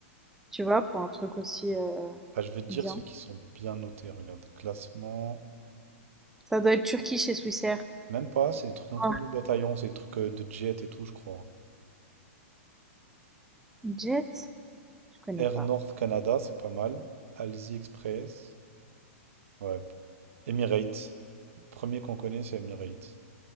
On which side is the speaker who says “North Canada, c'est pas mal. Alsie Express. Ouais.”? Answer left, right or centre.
Right